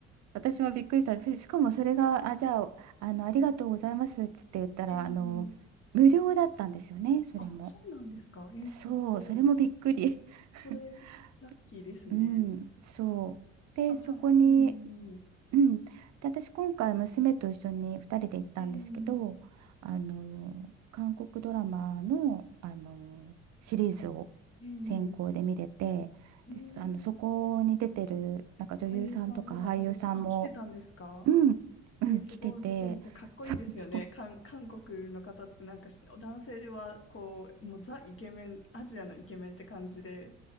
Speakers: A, on the right; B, on the left.
A: 私もびっくりした。ししかもそれが、あ、じゃあ、あの、ありがとうございますっつって言ったら、
B: ええ
A: あの、無料だったんですよね、それも。
B: あ、そうなんですか。えーすごい。
A: そう、それもびっくり。<laughs>
B: それ、ラッキーですね。
A: うん、そう。で、
B: あ、
A: そこに
B: じゃあ、ええ
A: うん、で私今回娘と一緒に2人で行ったんですけどあの韓国ドラマの、
B: えええ
A: あのシリーズを先行で見れてです、
B: えええ
A: あのそこに出てるなんか女優さんとか俳優さんも、
B: 俳優さんとか女優さん、あ、来てたんですか
A: うん、うん、
B: えーすごい。
A: 来ててそうそう
B: 見てみて、かっこいいですよね。韓、韓国の方ってなんかし、男性はこう、もうザイケメン、アジアのイケメンって感じで、